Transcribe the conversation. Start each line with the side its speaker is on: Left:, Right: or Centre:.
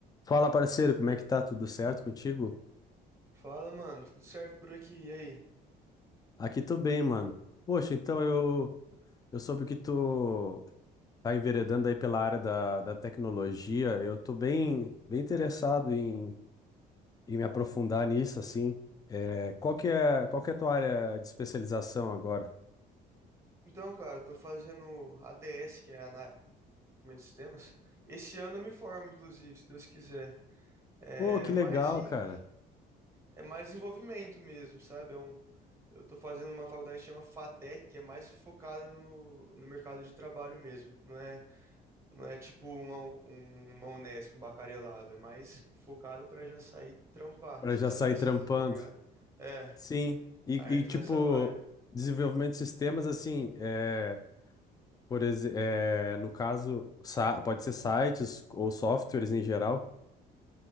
Left: Fala, parceiro, como é que tá? Tudo certo contigo?
Right: Fala, mano, tudo certo por aqui? E aí?
Left: Aqui tô bem, mano. Poxa, então eu, eu soube que tu tá enveredando aí pela área da, da tecnologia. Eu tô bem, bem interessado em, em me aprofundar nisso, assim. É, qual que é, qual que é a tua área de especialização agora?
Right: Então, cara, eu tô fazendo ADS, que é Análise de Desenvolvimento de Sistemas. Esse ano eu me formo, inclusive, se Deus quiser. É
Left: Pô, que legal,
Right: mais em,
Left: cara.
Right: é mais desenvolvimento mesmo, sabe? É um, eu tô fazendo uma faculdade que chama FATEC, que é mais focada no, no mercado de trabalho mesmo. Não é, não é tipo uma, um- uma Unesp, um bacharelado. É mais focado pra já sair trampar,
Left: Pra
Right: sem
Left: já
Right: ser
Left: sair
Right: pesquisa,
Left: trampando.
Right: tá ligado? É,
Left: Sim. E,
Right: aí
Left: e
Right: eu tô
Left: tipo,
Right: nessa vibe.
Left: desenvolvimento de sistemas, assim, é, Por exemplo, no caso, sa- pode ser sites ou softwares em geral.